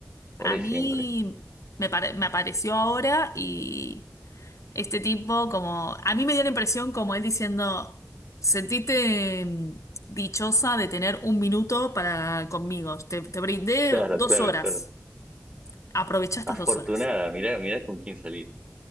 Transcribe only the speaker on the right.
ahora
y
siempre.
Claro,
claro,
claro.
Afortunada,
mira, mira con quién salir.